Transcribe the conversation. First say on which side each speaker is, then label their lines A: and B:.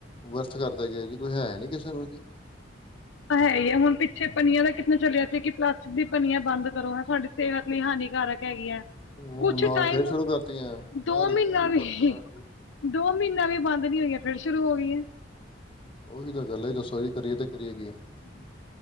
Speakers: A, on the left; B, on the left.
A: ਵਿਅਰਥ ਕਰਦਾ ਗ ਜੀ ਕੋਈ ਹੈ ਨੀ ਕਿਸੇ ਨੂੰ ਜੀ।
B: ਤਾਂ ਹੈ ਹੀ ਹੈ, ਹੁਣ ਪਿੱਛੇ ਪਨੀਆਂ ਦਾ ਕਿੱਤਨਾ ਚੱਲਿਆ ਸੀ ਕਿ ਪਲਾਸਟਿਕ ਦੀ ਪਨੀਆਂ ਬੰਦ ਕਰੋ ਹ ਤੁਹਾਡੀ ਸਿਹਤ ਲਈ ਹਾਨੀਕਾਰਕ ਹੈਗਿਆ,
A: ਉਹ
B: ਕੁਛ
A: ਨਾਲ
B: ਟਾਈਮ
A: ਫੇਰ ਸ਼ੁਰੂ ਕਰਤੀਆਂ ਨਾਲ
B: ਦੋ ਮਹੀਨਾ
A: ਹੀ ਫੇਰ ਸ਼ੁਰੂ
B: ਵੀ
A: ਕਰਤੀਆਂ ਨਾਲ ਜੀ
B: ਦੋ ਮਹੀਨਾ ਵੀ ਬੰਦ ਨੀ ਹੋਈਆਂ, ਫਿਰ ਸ਼ੁਰੂ ਹੋ ਗਈਆਂ
A: ਉਹੀ ਤਾਂ ਗੱਲ ਏ, ਦੱਸੋ ਜੀ ਕਰੀਏ ਤੇ ਕਰੀਏ ਕੀ
B: <inaudible>